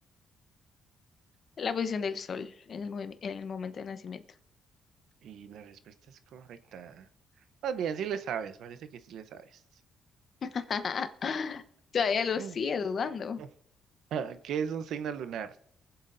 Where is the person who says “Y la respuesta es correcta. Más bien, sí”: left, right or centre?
Right